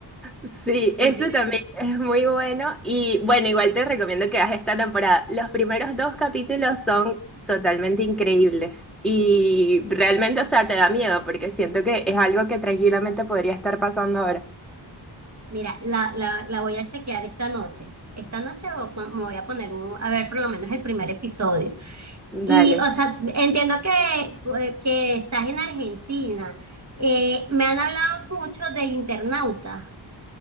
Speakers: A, in the centre; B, on the right.
A: Sí,
B: qué
A: ese
B: interesante.
A: también es muy bueno y bueno, igual te recomiendo que hagas esta temporada. Los primeros dos capítulos son totalmente increíbles y realmente, o sea, te da miedo porque siento que es algo que tranquilamente podría estar pasando ahora.
B: Mira, la, la, la voy a chequear esta noche. Esta noche o- me voy a poner un, a ver por lo menos el primer episodio. Y,
A: Dale.
B: o sea, entiendo que, eh, que estás en Argentina. Eh, me han hablado mucho del Internauta.